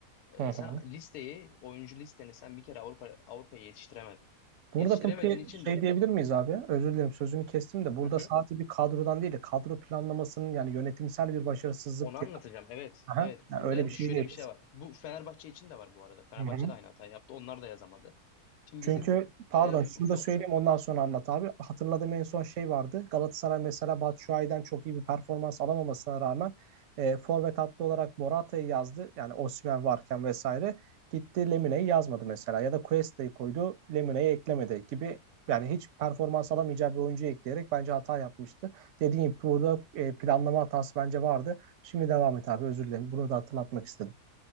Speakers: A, on the left; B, on the right.
A: E,
B: Hı hı.
A: sen listeyi, oyuncu listeni sen bir kere Avrupa Avrupa'ya yetiştiremedin.
B: Burada
A: Yetiştiremediğin
B: peki
A: için
B: şey
A: de
B: diyebilir miyiz abi? Özür dilerim sözünü kestim de burada
A: Hı hı.
B: sadece bir kadrodan değil de kadro planlamasının yani yönetimsel bir başarısızlık
A: Onu anlatacağım.
B: diye.
A: Evet,
B: Aha,
A: evet. Burada
B: yani öyle bir şey
A: şöyle
B: değil.
A: bir şey var. Bu Fenerbahçe için de var bu arada. Fenerbahçe
B: Hı hı.
A: de aynı hatayı yaptı. Onlar da yazamadı. Şimdi
B: Çünkü
A: bizim
B: pardon
A: e,
B: şunu
A: fut,
B: da söyleyeyim ondan sonra anlat abi. Hatırladığım en son şey vardı. Galatasaray mesela Batshuayi'den çok iyi bir performans alamamasına rağmen e, forvet hattı olarak Morata'yı yazdı. Yani Osimhen varken vesaire. Gitti Lemine'yi yazmadı mesela ya da Cuesta'yı koydu Lemine'yi eklemedi gibi yani hiç performans alamayacağı bir oyuncuyu ekleyerek bence hata yapmıştı. Dediğim gibi burada e, planlama hatası bence vardı. Şimdi devam et abi özür dilerim. Bunu da hatırlatmak istedim.